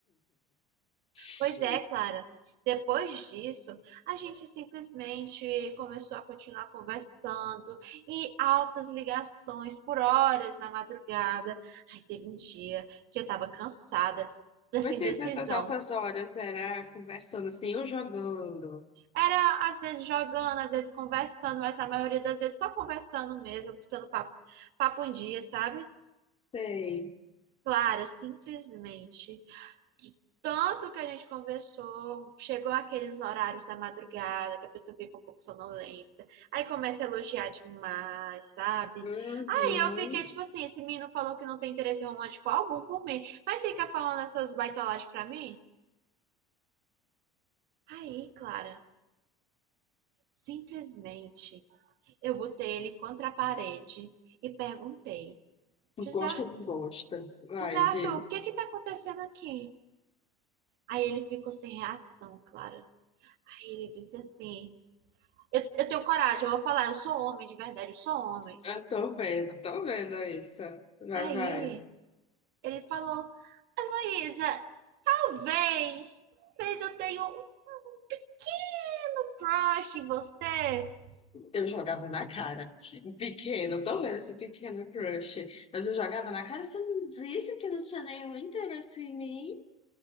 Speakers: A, on the left; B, on the right.
A: <laughs>
B: Pois é, Clara. Depois disso, a gente simplesmente começou a continuar conversando e altas ligações por horas na madrugada. Aí teve um dia que eu tava cansada dessa
A: Mas
B: indecisão.
A: vocês nessas altas horas era conversando assim ou jogando?
B: Era às vezes jogando, às vezes conversando, mas na maioria das vezes só conversando mesmo, botando papo, papo em dia, sabe?
A: Sei.
B: Clara, simplesmente. Tanto que a gente conversou, chegou aqueles horários da madrugada, que a pessoa fica um pouco sonolenta, aí começa a elogiar demais, sabe?
A: Uhum.
B: Aí eu fiquei tipo assim: esse menino falou que não tem interesse romântico algum por mim, mas fica falando essas baitolagens pra mim? Aí, Clara, simplesmente. Eu botei ele contra a parede e perguntei: José,
A: Gosta
B: Ar-
A: ou não gosta? Vai,
B: José Arthur,
A: diz.
B: o que é que tá acontecendo aqui? Aí ele ficou sem reação, Clara. Aí ele disse assim: Eu, eu tenho coragem, eu vou falar, eu sou homem de verdade, eu sou homem.
A: Eu tô vendo, tô vendo isso. Vai,
B: Aí
A: vai.
B: ele falou: Heloísa, talvez, talvez eu tenha um pequeno crush em você.
A: Eu jogava na cara. Um Pequeno, tô vendo esse pequeno crush. Mas eu jogava na cara, você não disse que não tinha nenhum interesse em mim?